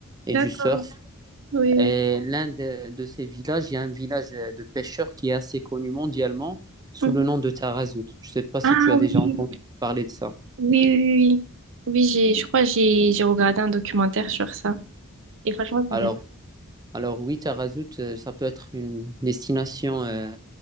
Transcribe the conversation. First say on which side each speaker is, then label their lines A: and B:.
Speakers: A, on the right; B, on the right.
A: et
B: D'accord.
A: du surf.
B: Oui.
A: Et l'un de, de ces villages, il y a un village euh, de pêcheurs qui est assez connu mondialement sous
B: Mhm.
A: le nom de Tarazout. Je ne sais pas si
B: Ah
A: tu as
B: oui.
A: déjà entendu parler de ça.
B: Oui, oui, oui. Oui, Oui, j'ai, je crois que j'ai j'ai regardé un documentaire sur ça. Et franchement, ça
A: Alors,
B: a l'air.
A: alors oui, Tarazout, euh, ça peut être une destination euh,